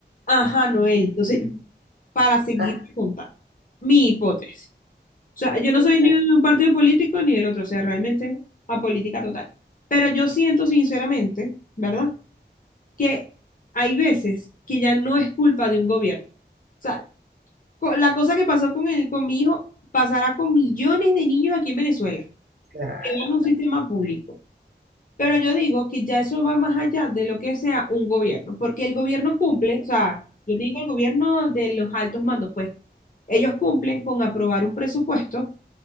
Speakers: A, on the left; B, on the right.
A: Ajá, Noel. Entonces, para seguir
B: Ah,
A: contando, mi hipótesis. O sea, yo no
B: exacto,
A: soy ni de un partido político ni del otro, o sea, realmente apolítica total. Pero yo siento sinceramente, ¿verdad? Que hay veces que ya no es culpa de un gobierno. O sea, co- la cosa que pasó con el, con mi hijo pasará con millones de niños aquí en Venezuela,
B: claro,
A: que van a un sistema público. Pero yo digo que ya eso va más allá de lo que sea un gobierno, porque el gobierno cumple, o sea, yo digo el gobierno de los altos mandos, pues ellos cumplen con aprobar un presupuesto